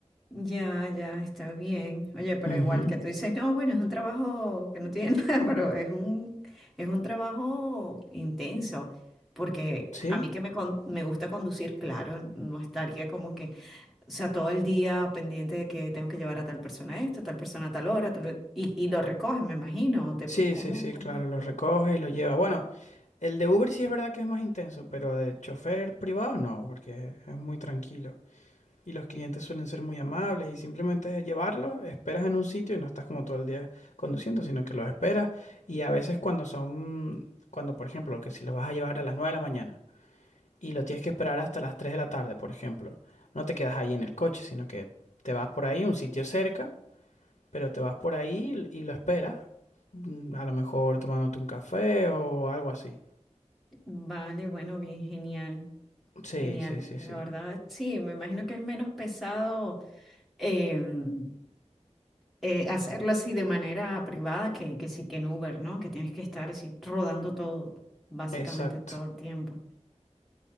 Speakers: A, in the centre; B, on the left.
A: Ya, ya, está bien. Oye, pero
B: Ujú,
A: igual que tú dices, no, bueno, es un trabajo que no tiene <laughs> nada, pero es un, es un trabajo intenso, porque
B: Sí,
A: a mí que me, con- me gusta conducir, claro, no estaría como que, o sea, todo el día pendiente de que tengo que llevar a tal persona esto, tal persona a tal hora, tal- y, y lo recoges, me imagino. o Te,
B: sí,
A: ¿cómo,
B: sí, sí,
A: cómo?
B: claro, lo recoge y lo lleva. Bueno, El de Uber sí es verdad que es más intenso, pero de chofer privado no, porque es muy tranquilo. Y los clientes suelen ser muy amables y simplemente es llevarlos, esperas en un sitio y no estás como todo el día conduciendo, sino que los esperas. Y a veces cuando son, cuando por ejemplo, que si los vas a llevar a las 9 de la mañana y lo tienes que esperar hasta las 3 de la tarde, por ejemplo, no te quedas ahí en el coche, sino que te vas por ahí, un sitio cerca, pero te vas por ahí y lo esperas, mm, a lo mejor tomándote un café o algo así.
A: Vale, bueno, bien, genial,
B: Sí,
A: genial.
B: sí, sí,
A: La
B: sí.
A: verdad, sí, me imagino que es menos pesado. em, eh, hacerlo así de manera privada que, que sí que en Uber, ¿no? Que tienes que estar así rodando todo, básicamente
B: Exacto.
A: todo el tiempo.